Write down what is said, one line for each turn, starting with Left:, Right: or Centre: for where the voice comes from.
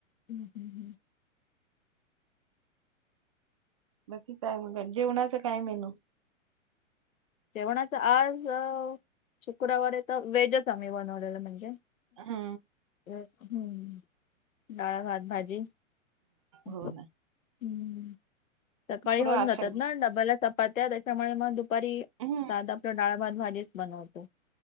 Left: हम्म हम्म हम्म
Right: बाकी काय मग. जेवणाच काय मेनू.
Left: जेवणाचं आज शुक्रवार तर व्हेजच आम्ही बनवलेलं म्हणजे
Right: हा
Left: हम्म डाळ, भात, भाजी
Right: हो
Left: हम्म
Right: ना
Left: सकाळी
Right: थोडं
Left: होऊन
Right: आशा
Left: जातात ना, डब्याला च पात्या त्यांच्यामुळे मग दुपारी
Right: हम्म
Left: आता आपलं डाळ भात भाजीच बनवतो,